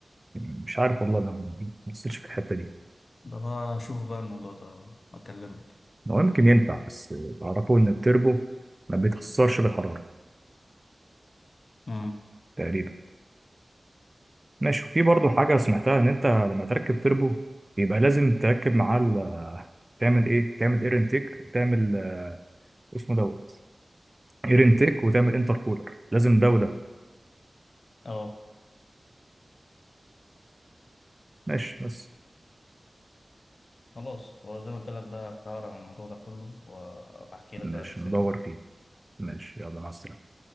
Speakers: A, on the right; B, on the left.
A: يعني مش عارف والله ما ما بصيتش في الحتة دي
B: ده بقى اشوف بقى الموضوع ده اكلمك
A: هو يمكن ينفع بس تعرفوا إن التربو ما بيتأثرش بالحرارة
B: امم
A: تقريبا ماشي وفي برضو حاجة سمعتها إن أنت لما تركب تربو يبقى لازم تركب معاه ال- تعمل إيه؟ تعمل إير انتيك وتعمل آه، اسمه دوت إير انتيك وتعمل انتر كولر لازم ده وده
B: اه
A: ماشي بس
B: خلاص وزي ما قلت لك بقى هقرا عن الموضوع ده كله وبحكي لك
A: ماشي
B: بقى اللي فهمته
A: ندور فيه ماشي يلا مع السلامة